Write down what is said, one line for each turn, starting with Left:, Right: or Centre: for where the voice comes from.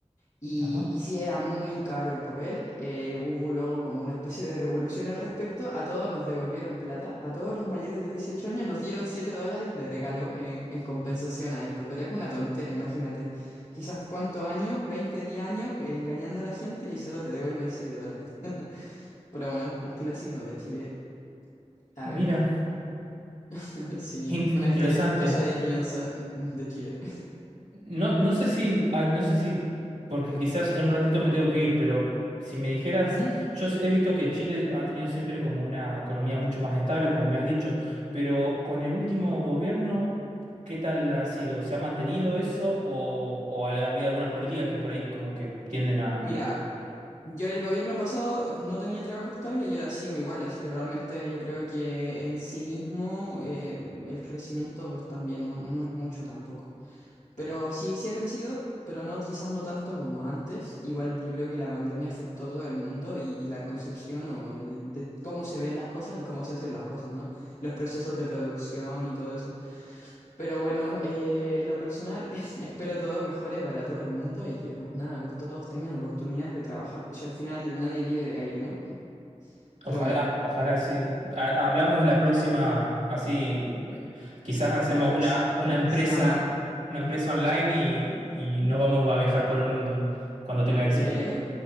Left: Y,
Right: Ajá,
Left: y sí, era muy caro el papel. eh, hubo luego como una especie de revolución al respecto. A todos nos devolvieron plata. A todos los mayores de 18 años nos dieron 7 dólares de regalo en, en compensación a esto. Pero es una tontera, imagínate. Quizás cuántos años, 20 10 años eh, engañando a la gente y solo te devuelven 7 dólares. <laughs> Pero bueno, un clásico de Chile, la
Right: mira,
Left: verdad. <laughs> Sí,
Right: in-
Left: una
Right: interesante.
Left: historia chistosa de finanzas de Chile.
Right: No, no sé si, ah, no sé si, porque quizás en un ratito me tengo que ir, pero si me dijeras,
Left: <laughs> Ujú. Sí.
Right: yo sé- he visto que Chile ha tenido siempre como una economía mucho más estable, como me has dicho, pero con el último gobierno, ¿qué tal ha sido? ¿Se ha mantenido eso o, o ha habido algunas políticas que por ahí como que tienden a,
Left: Mira. Yo en el gobierno pasado no tenía trabajo estable y ahora sigo igual, así que realmente yo creo que en sí mismo eh, el crecimiento pues también no, no, no es mucho tampoco. Pero sí, sí ha crecido, pero no quizás no tanto como antes. Igual yo creo que la pandemia afectó a todo el mundo y la concepción o el- de cómo se ven las cosas y cómo se hacen las cosas, ¿no? Los procesos de producción y todo eso. Pero bueno, eh, lo personal, <laughs> espero todo mejore para todo el mundo y que pues nada, pues todos tengan oportunidades de trabajar, pues si al final nadie vive de aire, ¿no? Pero
Right: Ojalá,
Left: bueno,
Right: ojalá sí. Ha- hablamos la próxima, así eh, quizás
Left: la
Right: hacemos
Left: próxima
Right: una, una empresa,
Left: semana,
Right: una empresa online y, y nos vamos a viajar por el mundo cuando tenga éxito.
Left: eh,